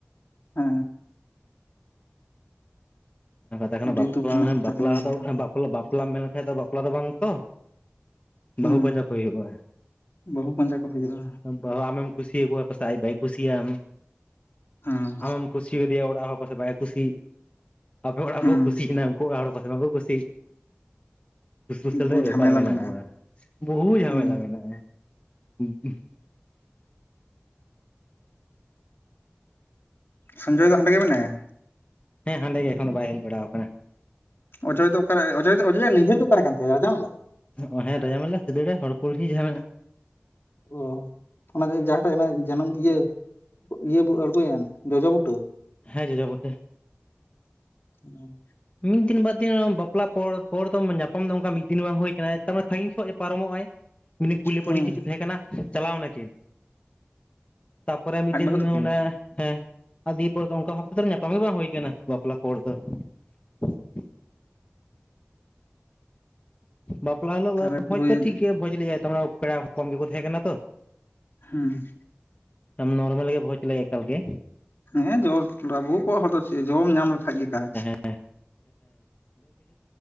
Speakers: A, on the left (about 60°); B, on the left (about 30°).
A: ᱦᱩ᱾
B: ᱠᱟᱛᱷᱟ ᱠᱟᱱᱟ
A: ᱟᱹᱰᱤ
B: ᱵᱟᱯᱞᱟ
A: ᱫᱩᱠ ᱨᱮᱱᱟᱜ
B: ᱱᱮ
A: ᱠᱟᱛᱷᱟ
B: ᱵᱟᱯᱞᱟ
A: ᱠᱟᱱᱟ ᱱᱤᱭᱟᱹ
B: ᱫᱚ ᱵᱟᱯᱞᱟ ᱵᱟᱯᱞᱟ ᱢᱮᱱ ᱞᱮᱠᱷᱟᱡ ᱫᱚ ᱵᱟᱯᱞᱟ ᱫᱚ ᱵᱟᱝ ᱛᱚᱼᱼ
A: ᱦᱮᱸ
B: ᱵᱟᱹᱦᱩ ᱯᱟᱸᱡᱟ ᱠᱚ ᱦᱩᱭᱩᱜ-ᱟ,
A: ᱵᱟᱹᱦᱩ ᱯᱟᱸᱡᱟ ᱠᱚ ᱦᱩᱭᱩᱜᱼᱟ
B: ᱟᱫᱽᱼᱼ ᱵᱟᱦᱩ ᱟᱢᱮᱢ ᱠᱩᱥᱤ ᱟᱠᱚᱣᱟ ᱯᱟᱥᱮᱜ ᱟᱡ ᱵᱟᱭ ᱠᱩᱥᱤᱭᱟᱢ,
A: ᱦᱮᱸ
B: ᱟᱢ ᱮᱢ ᱠᱩᱥᱼᱼ ᱠᱩᱥᱤᱭᱟ ᱫᱮᱭᱟ ᱚᱲᱟᱜ ᱦᱚᱲ ᱯᱟᱥᱮᱜ ᱵᱟᱭ ᱠᱩᱥᱤᱜ᱾ ᱟᱯᱮ ᱚᱲᱟᱜ
A: ᱦᱮᱸ
B: ᱠᱚ ᱠᱩᱥᱤᱭ ᱱᱟ ᱩᱱᱠᱩ ᱚᱲᱟᱜ ᱦᱚᱲ ᱯᱟᱥᱮᱜ ᱵᱟᱠᱚ ᱠᱩᱥᱤᱜ᱾ ᱠᱩᱥᱤᱠᱩᱥᱟᱹᱞ
A: ᱵᱚᱦᱩ
B: ᱨᱮᱭᱟᱜ
A: ᱡᱷᱟᱢᱮᱞᱟ
B: ᱵᱮᱯᱟᱨ ᱢᱮᱱᱟᱜ-ᱟ
A: ᱢᱮᱱᱟᱜᱼᱟ
B: ᱟᱵᱟᱨ ᱵᱚᱦᱩ ᱡᱷᱟᱢᱮᱞᱟ
A: ᱦᱮᱸ
B: ᱢᱮᱱᱟᱜ-ᱟ᱾ ᱩᱵᱽᱵᱩᱸᱼᱼ
A: ᱥᱚᱧᱡᱚᱭ ᱫᱚ ᱦᱟᱸᱰᱮ ᱜᱮ ᱢᱮᱱᱟᱭᱟ?
B: ᱦᱮᱸ ᱦᱟᱸᱰᱮ ᱜᱮ ᱮᱠᱷᱚᱱ ᱵᱟᱭ ᱦᱮᱡ ᱵᱟᱲᱟᱣ ᱠᱟᱱᱟ᱾
A: ᱚᱡᱚᱭ ᱫᱚ ᱚᱠᱟᱨᱮ ᱚᱡᱚᱭ ᱫᱚ ᱚᱡᱚᱭ ᱟᱜ ᱱᱟᱹᱭᱦᱟᱹᱨ ᱫᱚ ᱚᱠᱟᱨᱮ ᱠᱟᱱ ᱛᱟᱭᱟ ᱨᱟᱡᱟ ᱢᱟᱞᱟ᱾
B: ᱚ ᱦᱮᱸ ᱨᱟᱡᱟ ᱢᱮᱞᱟ ᱥᱤᱫᱟᱹᱲᱟ ᱦᱚᱲ ᱠᱩᱞᱦᱤ ᱡᱟᱦᱟᱸ ᱢᱮᱱᱟᱜ᱾
A: ᱚ ᱚᱱᱟ ᱡᱟ ᱡᱟᱦᱟᱸ ᱴᱮᱱ ᱚᱱᱟ ᱤ ᱡᱟᱱᱩᱢ ᱤᱭᱟᱹ ᱵᱚ ᱤᱭᱟᱹ ᱵᱚ ᱟᱹᱲᱜᱩ ᱭᱮᱱ ᱡᱚᱡᱚ ᱵᱩᱴᱟᱹ᱾
B: ᱦᱮᱸ ᱡᱚᱡᱚ ᱵᱩᱴᱟᱹ᱾
A: ᱚᱸ᱾
B: ᱢᱤᱫ ᱫᱤᱱ ᱵᱟᱫᱽ ᱫᱤᱱ ᱵᱟᱯᱞᱟ ᱯᱚᱨ ᱯᱚᱨ ᱫᱚ ᱧᱟᱯᱟᱢ ᱫᱚ ᱚᱱᱠᱟ ᱢᱤᱫ ᱫᱤᱱ ᱦᱚᱸ ᱵᱟᱝ ᱦᱩᱭ ᱠᱟᱱᱟ ᱛᱟᱨᱢᱟᱱᱮ ᱥᱟᱺᱜᱤᱧ ᱠᱷᱚᱡ ᱜᱮ ᱯᱟᱨᱚᱢᱚᱜ ᱟᱭ᱾ ᱢᱮᱱ ᱫᱟᱹᱧ ᱠᱩᱞᱤ
A: ᱦᱮᱸ
B: ᱯᱟᱹᱲᱤ ᱪᱮᱫ ᱪᱚ ᱛᱮᱦᱮᱸ ᱠᱟᱱᱟ ᱪᱟᱞᱟᱣ ᱱᱟᱠᱤᱱ᱾ ᱛᱟᱯᱚᱨᱮ ᱢᱤᱫ
A: ᱟᱡ
B: ᱫᱤᱱ
A: ᱵᱟᱹᱦᱩ ᱛᱟᱹᱠᱤᱱ
B: ᱚᱸᱰᱮ ᱦᱮᱸᱼᱼ ᱟᱨ ᱫᱤᱭᱮ ᱯᱚᱨ ᱫᱚ ᱚᱱᱠᱟ ᱵᱷᱟᱵᱽ ᱛᱮ ᱫᱚ ᱧᱟᱯᱟᱢ ᱜᱮ ᱵᱟᱝ ᱦᱩᱭ ᱠᱟᱱᱟ ᱵᱟᱯᱞᱟ ᱯᱚᱨ ᱫᱚ᱾ <inaudible> ᱵᱟᱯᱞᱟ ᱦᱤᱞᱳᱜ
A: ᱛᱟᱦᱚᱞᱮ
B: ᱵᱚ
A: ᱯᱩᱨᱟᱹᱭ
B: ᱵᱷᱚᱡᱽ ᱫᱚ ᱴᱷᱤᱠ ᱜᱮ ᱵᱷᱚᱡᱽ ᱞᱮᱜ ᱟᱭ ᱛᱟᱨ ᱢᱟᱱᱮ ᱯᱮᱲᱟ ᱠᱚᱢ ᱜᱮᱠᱚ ᱛᱮᱦᱮᱸ ᱠᱟᱱᱟ ᱛᱚ᱾
A: ᱦᱩᱸ᱾
B: <unintelligible> ᱱᱚᱨᱢᱟᱞ ᱜᱮ ᱵᱷᱳᱪ ᱞᱮ ᱮᱠᱟᱞ ᱜᱮ
A: ᱦᱮᱸ ᱡᱚᱨ ᱵᱟᱵᱩ ᱠᱚᱣᱟᱜ ᱦᱚᱸ ᱠᱚᱫᱚ ᱪᱮᱫ ᱡᱚᱢ ᱧᱟᱢ ᱞᱮᱠᱷᱟᱡ ᱜᱮ ᱠᱟᱡᱽ
B: <unintelligible>